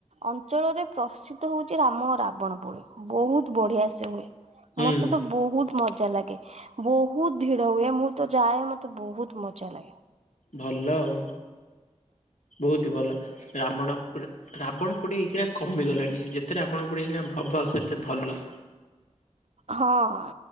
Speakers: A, on the right; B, on the left.
A: ଅଞ୍ଚଳରେ ପ୍ରସିଦ୍ଧ ହଉଛି ରାମ ରାବଣ ପୋଡି, ବହୁତ ବଢିଆ ସେ ହୁଏ।
B: ହୁଁ
A: ମତେ ତ ବହୁତ ମ ମଜା ଲାଗେ, ବହୁତ ଭିଡ ହୁଏ, ମୁଁ ତ ଯାଏ ମତେ ବହୁତ ମଜା ଲାଗେ।
B: ଭଲ ଆଉ। ବହୁତି ଭଲ <unintelligible> ରାବଣ ଗୋଟେ ଇଚ୍ଛା କମି ଗଲାଣି। ଯେତେ ରାବଣ ପୋଡି ହେଲେ ହବ ସେତେ ଭଲ।
A: ହଁ